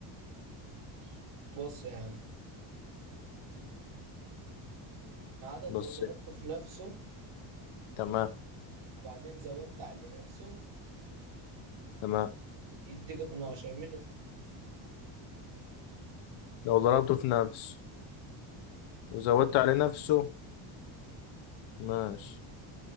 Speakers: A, on the right; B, on the left.
A: ماشي بص يا عم عدد
B: بص
A: لو ضربته في نفسه
B: تمام
A: وبعدين زودت عليه نفسه
B: تمام
A: يديك 12 مين هو؟
B: لو ضربته في نفسه وزودت عليه نفسه ماشي